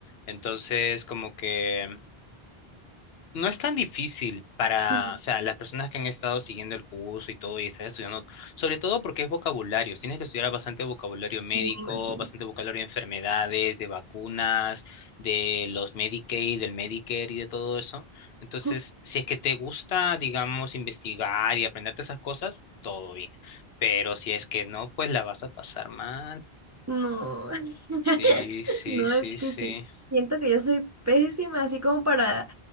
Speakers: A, on the left (about 75°); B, on the right (about 30°).
A: Entonces, como que. No es tan difícil para,
B: ujú,
A: o sea, las personas que han estado siguiendo el curso y todo y están estudiando, sobre todo porque es vocabulario. Tienes que estudiar bastante vocabulario médico,
B: y me imagino.
A: bastante vocabulario de enfermedades, de vacunas, de los Medicaid, del Medicare y de todo eso. Entonces,
B: <laughs>
A: si es que te gusta, digamos, investigar y aprenderte esas cosas, todo bien. Pero si es que no, pues la vas a pasar mal.
B: No. <laughs>
A: Sí, sí,
B: No,
A: sí,
B: es
A: sí.
B: que sí. Siento que yo soy pésima, así como para,